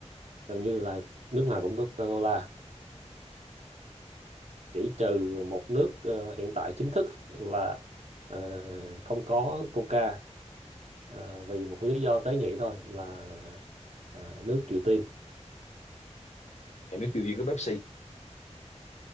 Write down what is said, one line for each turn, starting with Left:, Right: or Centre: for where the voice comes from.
Right: gần như là nước nào cũng có Coca-Cola chỉ trừ một nước ờ, hiện tại chính thức là ờ, không có Coca ờ, vì một lý do tế nhị thôi là ờ, nước Triều Tiên
Left: Nhà nước tiêu diệt có Pepsi